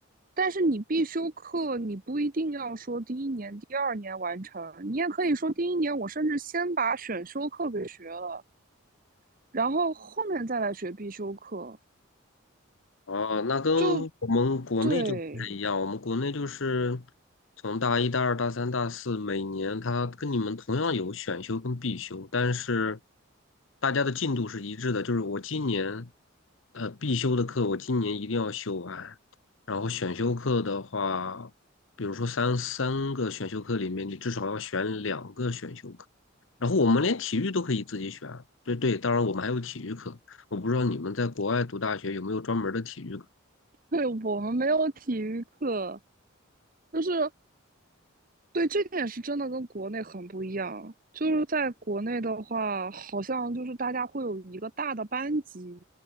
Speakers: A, on the right; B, on the left.
A: 但是你必修课，你不一定要说第一年、第二年完成，你也可以说第一年我甚至先把选修课给学了。然后后面再来学必修课，
B: 哦，那跟我们国内就不太一样。
A: 就对
B: 我们国内就是从大一、大二、大三、大四，每年它跟你们同样有选修跟必修，但是大家的进度是一致的。就是我今年，呃，必修的课我今年一定要修完，然后选修课的话，比如说三三个选修课里面，你至少要选两个选修课。然后我们连体育都可以自己选，对对，当然我们还有体育课。我不知道你们在国外读大学有没有专门儿的体育课
A: 对，我们没有体育课，就是对这点是真的跟国内很不一样。就是在国内的话，好像就是大家会有一个大的班级，